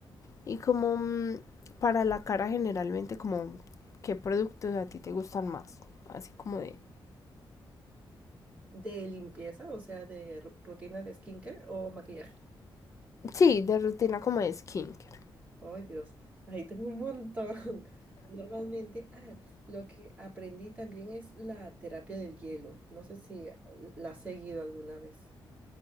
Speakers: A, on the left; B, on the right.
A: Y como mm, para la cara generalmente, como qué productos a ti te gustan más. Así como de...
B: ¿De limpieza, o sea, de ru- rutina de skincare o maquillaje?
A: Sí, de rutina como de skincare.
B: Ay, Dios, ahí tengo un montón. <laughs> Normalmente, ah, lo que aprendí también es la terapia del hielo. No sé si eh, la has seguido alguna vez.